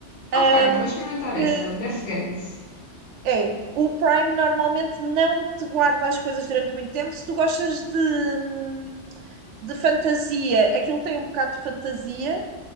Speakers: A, on the left; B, on the right.
A: Ok,
B: ahm,
A: vou experimentar
B: que
A: essa. Death Games.
B: é, o Prime normalmente não te guarda as coisas durante muito tempo. Se tu gostas de, hum, de fantasia, aquilo tem um bocado de fantasia.